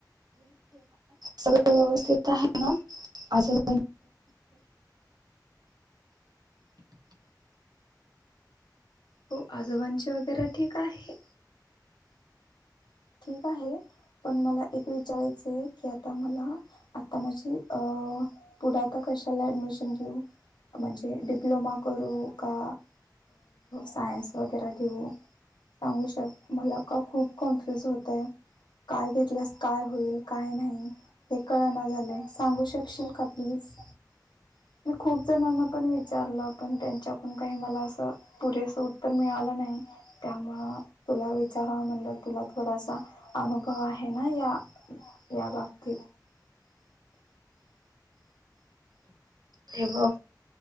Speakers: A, on the right; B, on the left.
A: सगळ व्यवस्थित आहे आजुन काय?
B: हो आजोबांची वगैरे ठीक आहे. ठीक आहे पण मला एक विचारायचं आहे की आता मला आता माझी अ पुढेता कशाला ऍडमिशन घेऊ म्हणजे डिप्लोमा करू का सायन्स वगैरे घेऊ? सांगू शक मला का खूप कॉन्फ्युज होतय. काय घेतल्यास काय होईल काय नाही. हे कळना झाले सागुशकशील का प्लीज मी खूप जणांना पण विचारलं पण त्यांच्याकडून काही मला असं पुरेस उत्तर मिळालं नाही त्यामुळ तुला विचारा म्हणलं तुला थोडासा अनुभव आहे ना या या बाबतीत
A: ते बघ